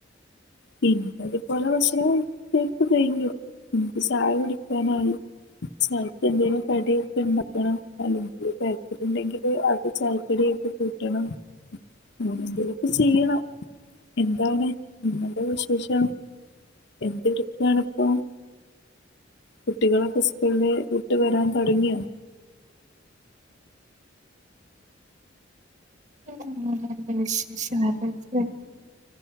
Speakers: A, on the left (about 60°); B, on the right (about 40°).
A: പിന്നെ ഇതുപോലെ ഭക്ഷണം കഴിക്കല് കഴിഞ്ഞു <unintelligible> ക്ക് ചായ കുടിക്കാനായി ചായക്ക് എന്തേലും കടിയൊക്കെ ഉണ്ടാക്കണം അല്ലെങ്കില് <unintelligible> ഉണ്ടെങ്കില് അത് ചായക്കടിയായിട്ട് കൂട്ടണം എന്തേലൊക്കെ ചെയ്യണം. എന്താണ്? ഉം വിശേഷം? എന്തട്ക്കാണ് ഇപ്പം? കുട്ടികളൊക്കെ സ്കൂള്ന്ന് വിട്ട് വരാൻ തൊടങ്ങിയൊ?
B: ഉം നല്ല വിശേഷം <unintelligible>